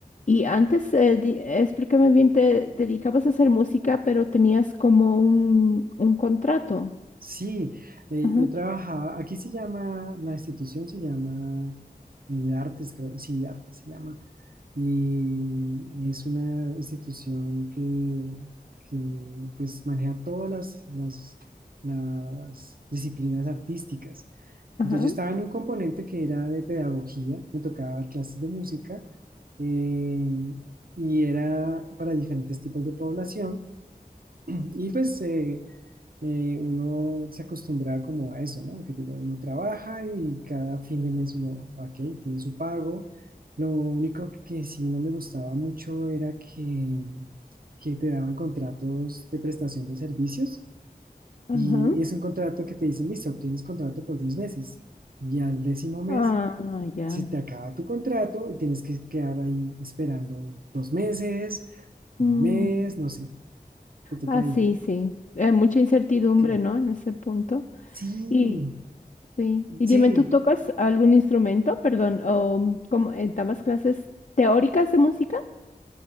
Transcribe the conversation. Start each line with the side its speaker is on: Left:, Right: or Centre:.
Left: y antes, eh, di- explícame bien, te dedicabas a hacer música, pero tenías como un, un contrato.
Right: Sí, eh,
Left: Ajá,
Right: yo trabajaba, aquí se llama, la institución se llama eh, Artes, creo, sí, Artes se llama, y es una institución que, que, pues maneja todas las, las, las disciplinas artísticas.
Left: ajá,
Right: Entonces yo estaba en un componente que era de pedagogía, me tocaba dar clases de música, eh, y era para diferentes tipos de población, y pues... eh, eh, uno se acostumbraba como a eso, ¿no? Que digo, uno trabaja y cada fin de mes uno, ok, tiene su pago. Lo único que sí no me gustaba mucho era que, que te daban contratos de prestación de servicios
Left: ajá.
Right: y es un contrato que te dicen, listo, tienes contrato por 10 meses y al décimo mes
Left: Ah, ya.
Right: se te acaba tu contrato y tienes que quedar ahí esperando dos meses, un
Left: Mm.
Right: mes, no sé, te toca
Left: Ah,
Right: ahí.
Left: sí, sí. Eh, mucha incertidumbre,
Right: <clears throat>
Left: ¿no? En ese punto.
Right: Sí,
Left: Y, Sí. Y
Right: sí,
Left: dime, ¿tú tocas algún instrumento? Perdón, o ¿cómo, eh, dabas clases teóricas de música?